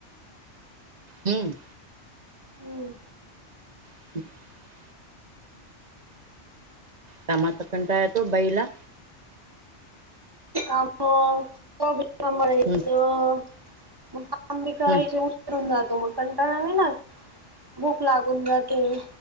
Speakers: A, on the right; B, on the right.
A: हम्म..
B: हम्म
A: <inaudible> कामाचा कंटाळा येतो बाईला.
B: आ मग सांभाळायचं
A: हम्म
B: मग काम बी करायचे
A: हम्म
B: उशीरून जातो मग. कंटाळा नाही ना, भूक लागून जाते.